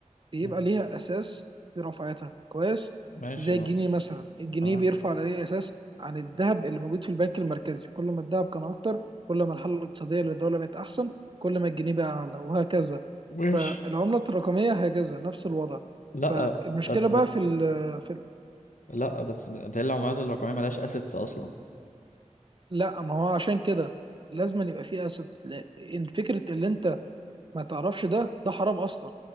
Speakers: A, on the right; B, on the left.
A: بيبقى
B: مم.
A: ليها اساس في رفعتها كويس
B: ماشي
A: زي الجنيه
B: بقى.
A: مثلا الجنيه
B: تمام
A: بيرفع على اي اساس عن الذهب اللي موجود في البنك المركزي كل ما الذهب كان اكتر كل ما الحالة الاقتصادية للدولة بقت احسن كل ما الجنيه بقى اعلى وهكذا
B: ماشي
A: فالعملة الرقمية هكذا نفس الوضع
B: لا
A: فالمشكلة
B: بس
A: بقى في ال في ال
B: لا بس ده العملات الرقميه ملهاش اسيتس اصلا
A: لا ما هو عشان كده لازم يبقى فيه اسيتس فكرة اللي انت ما تعرفش ده ده حرام اصلا